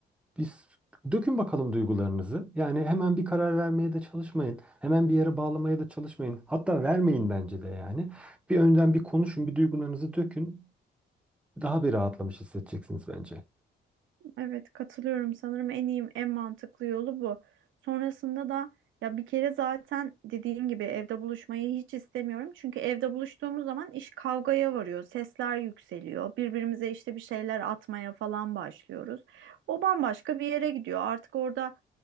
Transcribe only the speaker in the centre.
biz dökün bakalım duygularınızı. Yani hemen bir karar vermeye de çalışmayın. Hemen bir yere bağlamaya da çalışmayın. Hatta vermeyin bence de yani. Bir önden bir konuşun, bir duygularınızı dökün. Daha bir rahatlamış hissedeceksiniz bence.